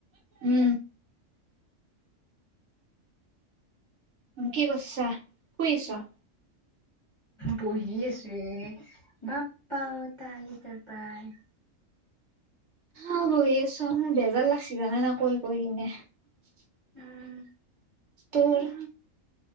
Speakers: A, on the right (about 60°); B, on the left (about 25°).
A: উ উ কি কৰিছা শুই আছ
B: বহি আছো বাপ পাওঁ ত আহ ত পায় <unintelligible>
A: অ হৈ আছো আৰ বেজাৰ লাগছে জানে ন কৈ কৈ কিনে <unintelligible>
B: উম
A: তোৰ